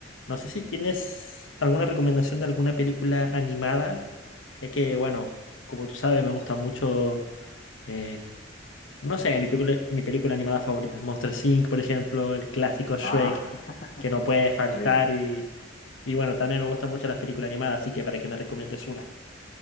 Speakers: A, on the left (about 90°); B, on the left (about 45°).
A: No sé si tienes alguna recomendación de alguna película animada, ya que bueno, como tú sabes, me gusta mucho, eh, no sé, mi película, mi película animada favorita es Monster Inc., por ejemplo, el clásico Shrek,
B: Ah, <laughs>
A: que no puede faltar
B: sí.
A: y, y bueno, también me gustan mucho las películas animadas, así que para que me recomiendes una.